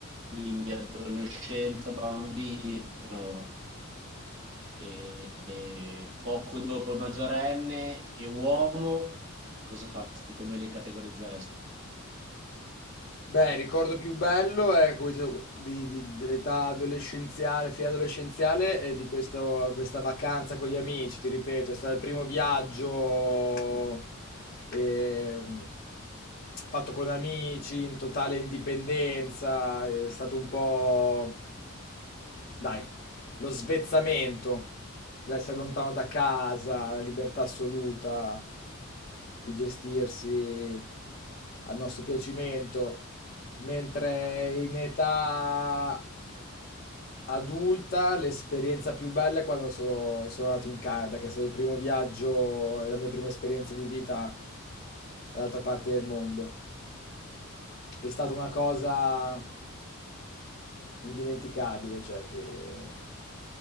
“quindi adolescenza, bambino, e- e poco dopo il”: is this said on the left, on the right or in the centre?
Right